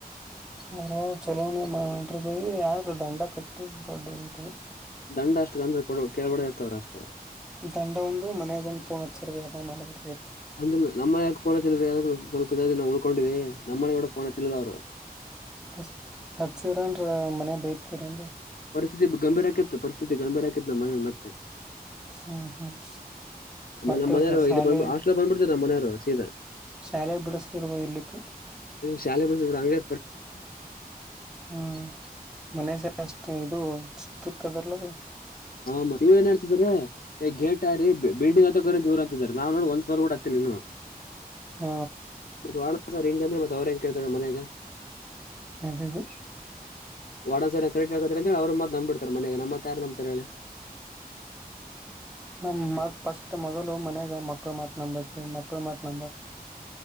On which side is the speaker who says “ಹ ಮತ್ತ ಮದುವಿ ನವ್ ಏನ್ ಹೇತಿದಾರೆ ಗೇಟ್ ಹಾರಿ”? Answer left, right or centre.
Left